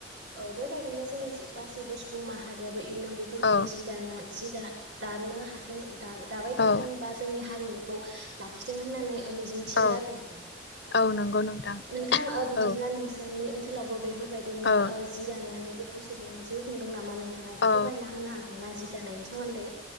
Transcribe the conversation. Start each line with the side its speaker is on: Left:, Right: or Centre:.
Right: औ बेबायदिनो जों गासैबो सुबुं माहारि इयुनाव बेफोरबायदि
Left: औ
Right: जि दाना जि द दानो हाथों दा दाबाय थाथों
Left: औ
Right: बा जोंनि हारिमुखौ लाखिथों होननानै मिजिंथियो
Left: औ
Right: आरो नोंथां
Left: औ नंगौ नोंथां
Right: नोंथां बिदिब्ला
Left: औ
Right: नोंसोरनि ओनसोलावबो बे बेफोरबायदिनो
Left: औ
Right: जि दाननानै गोबां सुबुङा जिउ खुंदों नामा नोंथाङा एसे
Left: औ
Right: फोरमायना होनो हागोन ना जि दानायनि सोमोन्दै